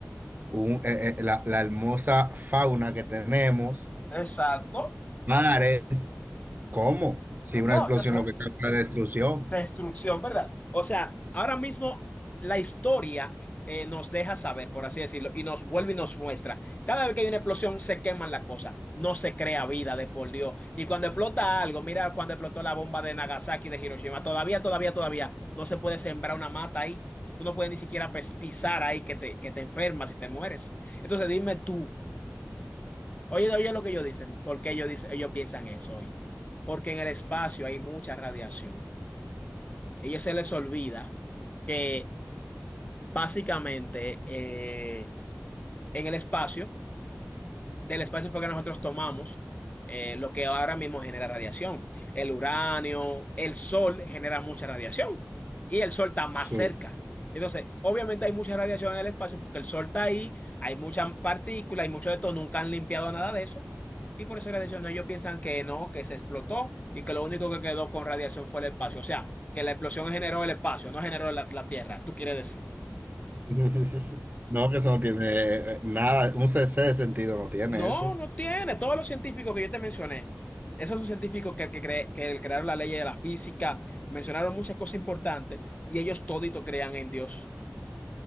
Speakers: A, on the right; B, on the left.
A: un- eh, eh, la, la hermosa fauna que tenemos,
B: Exacto.
A: mares. ¿Cómo? Si una
B: No,
A: explosión
B: eso,
A: lo que causa es la destrucción.
B: Destrucción, ¿verdad? O sea, ahora mismo la historia eh, nos deja saber, por así decirlo, y nos vuelve y nos muestra. Cada vez que hay una explosión, se queman las cosas. No se crea vida de por Dios. Y cuando explota algo, mira cuando explotó la bomba de Nagasaki de Hiroshima, todavía, todavía, todavía no se puede sembrar una mata ahí. Tú no puedes ni siquiera pes- pisar ahí que te, que te enfermas y te mueres. Entonces dime tú, oye, oye lo que ellos dicen, ¿por qué ellos, dicen, ellos piensan eso, oye? Porque en el espacio hay mucha radiación ellos se les olvida que básicamente eh, en el espacio del espacio fue que nosotros tomamos eh, lo que ahora mismo genera radiación. El uranio, el sol genera mucha radiación y el sol está más
A: Sí.
B: cerca. Entonces, obviamente hay mucha radiación en el espacio porque el sol está ahí, hay muchas partículas, hay mucho de todo, nunca han limpiado nada de eso. Y por eso la radiación, ellos piensan que no, que se explotó y que lo único que quedó con radiación fue el espacio. O sea, que la explosión generó el espacio, no generó la, la Tierra, tú quieres decir.
A: <laughs> Sí, sí, sí, sí. No, que eso no tiene eh, nada, un CC de sentido no tiene
B: No,
A: eso.
B: no tiene. Todos los científicos que yo te mencioné, esos son científicos que, que, cre- que crearon la ley de la física, mencionaron muchas cosas importantes y ellos todito crean en Dios.